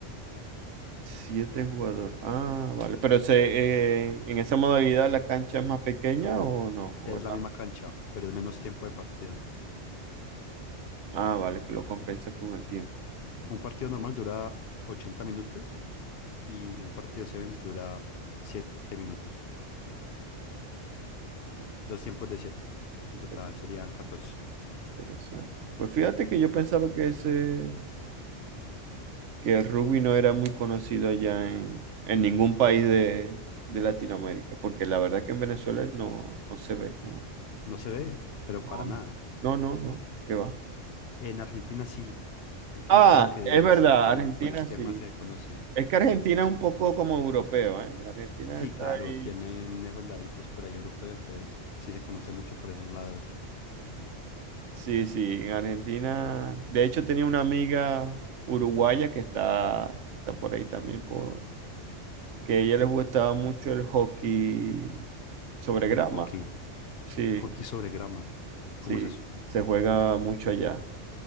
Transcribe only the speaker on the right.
Siete jugadores. Ah, vale. Pero se, eh, en esa modalidad la cancha es más pequeña o no? ¿O
es
la-
Ah, vale, que lo compensa con el tiempo.
Ah,
inter-
interesante. Pues fíjate que yo pensaba que ese que el rugby no era muy conocido allá en, en ningún país de, de Latinoamérica, porque la verdad que en Venezuela no, no se ve, no,
no,
no, no, no, qué va.
Ah,
es verdad,
Argentina
sí.
Es que Argentina es un poco como europeo, ¿eh? Argentina
está
ahí.
Sí, sí, en Argentina. De hecho, tenía una amiga uruguaya que está, que está por ahí también, por, que a ella le gustaba mucho el hockey sobre
grama.
Sí.
Sí,
se juega mucho allá.